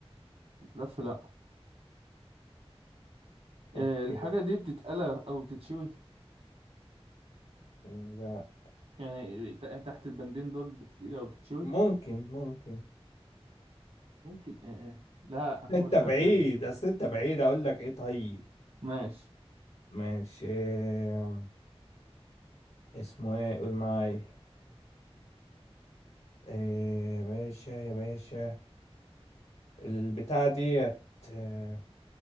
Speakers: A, on the right; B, on the left.
A: بتلف لا آه،
B: أوكي
A: الحاجة دي بتتقلى او بتتشوي
B: لا
A: يعني ت- تحت البندين دول بتتقلى او بتتشوي
B: ممكن ممكن
A: ممكن آه. آه. لا اقول
B: أنت بعيد
A: لك آه.
B: أصل أنت بعيد أقول لك إيه طيب
A: ماشي
B: ماشي إيه، اسمه إيه قول معايا إيه يا باشا يا باشا البتاعة ديت آه،